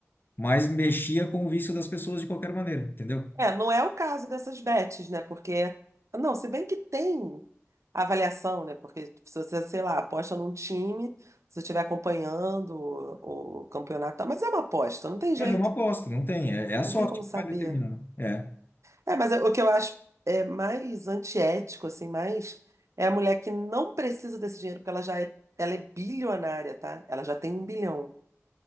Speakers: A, on the left; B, on the right.
A: mas mexia com o vício das pessoas de qualquer maneira, entendeu?
B: é, não é o caso dessas bets, né? Porque, não, se bem que tem avaliação, né? Porque se você, sei lá, aposta num time, se você estiver acompanhando o, o campeonato, e tal, mas é uma aposta, não tem jeito.
A: Mas é uma aposta, não tem, é, é a sorte
B: Não tem como
A: que
B: saber.
A: vai determinar. né? É.
B: É, mas é, o que eu acho é mais antiético, assim, mais é a mulher que não precisa desse dinheiro, porque ela já é, ela é bilionária, tá? Ela já tem um bilhão.